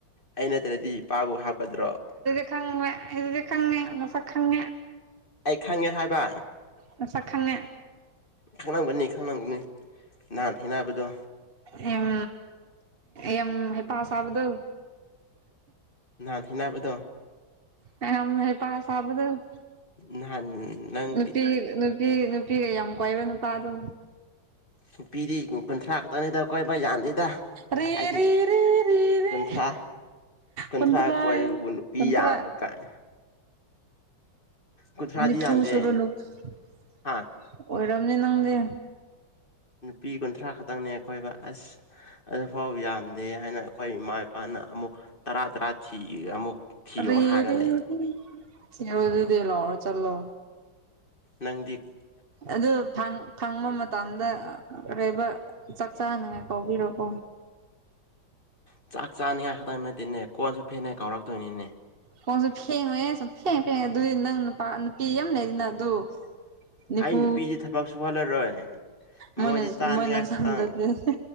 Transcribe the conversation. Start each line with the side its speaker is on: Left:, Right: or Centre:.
Left: ꯑꯩ ꯅꯠꯇ꯭ꯔꯗꯤ ꯏꯄꯥꯕꯨ ꯍꯥꯞꯀꯗ꯭ꯔꯣ
Right: ꯈꯪꯃꯦ ꯑꯗꯨꯗꯤ ꯈꯪꯉꯦ ꯃꯁꯛ ꯈꯪꯉꯦ
Left: ꯑꯩ ꯈꯪꯉꯦ ꯍꯥꯏꯕ
Right: ꯃꯁꯛ ꯈꯪꯉꯦ
Left: ꯈꯪꯂꯝꯒꯅꯤ ꯈꯪꯂꯝꯒꯅꯤ ꯅꯍꯥꯟ ꯊꯦꯡꯅꯕꯗꯣ
Right: ꯌꯥꯝ ꯌꯥꯝ ꯍꯩꯄꯥ ꯁꯥꯕꯗꯣ
Left: ꯅꯍꯥꯟ ꯊꯦꯡꯅꯥꯕꯗꯣ
Right: ꯃꯌꯥꯝ ꯍꯩꯄꯥ ꯁꯥꯕꯗꯣ
Left: ꯅꯍꯥꯟ ꯅꯪ
Right: ꯅꯨꯄꯤ ꯅꯨꯄꯤ ꯅꯨꯄꯤꯒ ꯌꯥꯝ ꯀꯣꯏꯕ ꯅꯨꯄꯥꯗꯣ
Left: ꯅꯨꯄꯤꯗꯤ ꯀꯨꯟꯊ꯭ꯔꯥ ꯈꯛꯇꯪꯅꯤꯗ ꯀꯣꯏꯕ ꯌꯥꯗꯦꯗ
Right: ꯔꯦ
Left: ꯀꯥꯏꯗꯒꯤ
Right: ꯔꯦ ꯔꯦ ꯔꯦ ꯔꯦ
Left: ꯀꯨꯟꯊ꯭ꯔꯥ ꯀꯨꯟꯊ꯭ꯔꯥ
Right: ꯀꯨꯟꯇ꯭ꯔꯥ
Left: ꯀꯣꯏꯌꯦꯕꯨ ꯅꯨꯄꯤ
Right: ꯀꯨꯟꯇ꯭ꯔꯥ
Left: ꯌꯥꯝꯕ ꯀꯥꯏ ꯀꯨꯟꯊ꯭ꯔꯥꯗꯤ
Right: ꯅꯤꯐꯨ
Left: ꯌꯥꯟꯗꯦ
Right: ꯆꯨꯔꯂꯨ ꯑꯣꯏꯔꯝꯅꯤ
Left: ꯍꯥ
Right: ꯅꯪꯗꯤ
Left: ꯅꯨꯄꯤ ꯀꯨꯟꯊ꯭ꯔꯥ ꯈꯇꯪꯅꯦ ꯀꯣꯏꯕ ꯑꯁ ꯑꯗꯨꯐꯥꯎ ꯌꯥꯝꯗꯦ ꯍꯥꯏꯅ ꯑꯩꯈꯣꯏ ꯏꯃꯥ ꯏꯄꯥꯅ ꯑꯃꯨꯛ ꯇꯔꯥ ꯇꯔꯥ ꯊꯤ ꯑꯃꯨꯛ ꯊꯤꯌꯣ
Right: ꯔꯦꯗꯤꯗꯤꯗꯤ
Left: ꯍꯥꯏꯔ ꯂꯩ
Right: ꯌꯧꯔꯣꯗꯣꯏꯗꯤ ꯂꯥꯛꯑꯣ ꯆꯠꯂꯣ
Left: ꯅꯪꯗꯤꯛ
Right: ꯑꯗꯨ ꯐꯥꯡ ꯐꯪꯕ ꯃꯠ ꯇꯝꯗ ꯀꯔꯤꯕ ꯆꯥꯛ ꯆꯥꯅꯉꯥꯏ ꯄꯥꯎ ꯄꯤꯔꯣꯀꯣ
Left: ꯏꯁ ꯆꯥꯛ ꯆꯥꯅꯤꯡꯉꯥꯏ ꯈꯛꯇꯪ ꯅꯠꯇꯦꯅꯦ ꯀꯣꯟꯁꯨ ꯐꯦꯡꯅꯩ ꯀꯥꯎꯔꯛꯇꯣꯏꯅꯤꯅꯦ
Right: ꯀꯣꯟꯁꯨ ꯐꯦꯡꯉꯣꯏꯍꯦ ꯁꯨꯡꯐꯦꯡ ꯐꯦꯡ ꯑꯗꯨꯏ ꯅꯪ ꯅꯨꯄꯥ ꯅꯨꯄꯤ ꯌꯥꯝ ꯂꯩꯅꯤꯅ ꯑꯗꯨ ꯅꯤꯐꯨ
Left: ꯑꯩ ꯅꯨꯄꯤꯗꯤ ꯊꯕꯛ ꯁꯨꯍꯜꯂꯔꯣꯏ
Right: ꯃꯣꯏꯅ
Left: ꯃꯣꯏꯗꯤ ꯆꯥꯅꯤꯡꯉꯥꯏ
Right: ꯃꯣꯏꯅ
Left: ꯈꯛꯇꯪ
Right: ꯁꯟꯗ꯭ꯔꯗꯤ ꯔꯇꯦ